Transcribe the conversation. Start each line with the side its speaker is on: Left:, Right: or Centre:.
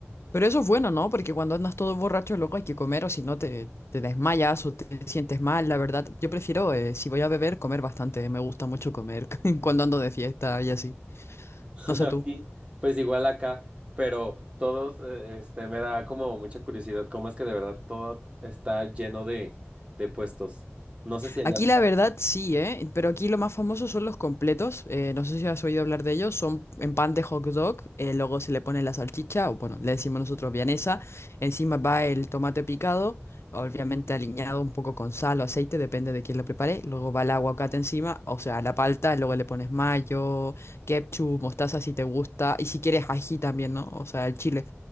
Left: Pero eso es bueno, ¿no? Porque cuando andas todo borracho, luego hay que comer o si no te, te desmayas o te sientes mal, la verdad. Yo prefiero, eh, si voy a beber, comer bastante. Me gusta mucho comer <laughs> cuando ando de fiesta y así.
Right: <laughs>
Left: No sé
Right: Así,
Left: tú.
Right: pues igual acá, pero todos, eh, este, me da como mucha curiosidad cómo es que de verdad todo está lleno de, de puestos. No sé si allá.
Left: Aquí la verdad sí, ¿eh? Pero aquí lo más famoso son los completos. eh, no sé si has oído hablar de ellos. Son en pan de hot dog. eh, luego se le pone la salchicha, o bueno, le decimos nosotros vienesa. Encima va el tomate picado, obviamente aliñado un poco con sal o aceite, depende de quién lo prepare. Luego va el aguacate encima, o sea, la palta. Luego le pones mayo, ketchup, mostaza si te gusta. Y si quieres ají también, ¿no? O sea, el chile.